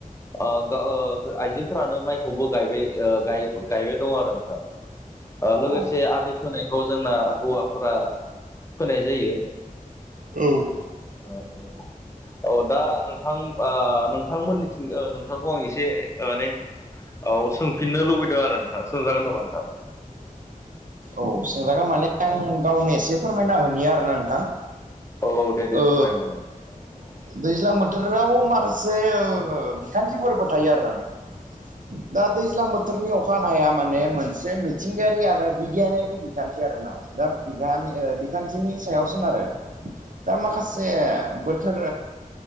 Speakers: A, on the left; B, on the right.
A: ओ आइजोफोरानो माइखौबो गायबाय गायबाय दङ आरो नोंथा ओ
B: औ
A: लोगोसे आलि खोनायखौ जोंना हौवाफोरा खोनाय जायो
B: औ
A: अ औ औ दा नोंथां ओ नोंथांमोननिथिं नोंथांखौ आं एसे माने औ सोंफिननो लुबैदों आरो नोंथां सोंजागोन नामा नोंथां
B: औ सोंजागोन माने आं
A: औ
B: गावनो एसे फोरमायना होनि आरोना नोंथां
A: औ औ दे दे
B: ओ
A: फोरमाय होमबालाय
B: दैज्लां बोथोराव माखासे ओ बिखान्थिफोरबो थायो आरो नोंथां
A: <inaudible>
B: दा दैज्लां बोथोरनि अखानाया माने मोनसे मिथिंगायारि आरो बिगियानारि बिखान्थि आरोना दा बिखान्थिनि सायाव सोनारो दा माखासे बोथोर